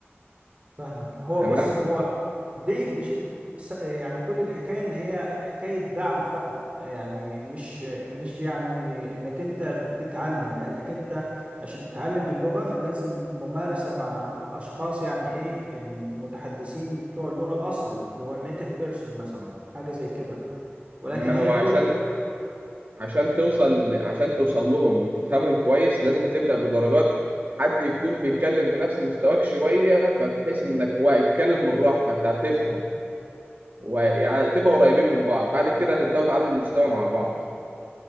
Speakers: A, on the right (about 30°); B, on the right (about 45°).
A: فاهمك هو
B: تمام
A: بص هو دي مش س- يعني كل الحكايه ان هي حكايه دعم فقط يعني مش مش يعني انك انت بتتعلم لانك انت عشان تتعلم اللغه لازم ممارسه مع الاشخاص يعني ايه المتحدثين بتوع اللغه الاصل اللي هو النيتيف بيرسون مثلا حاجه زي كده ولكن
B: ما
A: هي
B: هو عشان
A: كل ال...
B: عشان توصل عشان توصل لهم وتفهمهم كويس لازم تبدا بدرجات حد يكون بيتكلم بنفس مستواك شويه فبحيث انك هو هيتكلم بالراحه فانت هتفهم ويعني تبقى قريبين من بعض بعد كده هتبداوا تعلوا المستوى مع بعض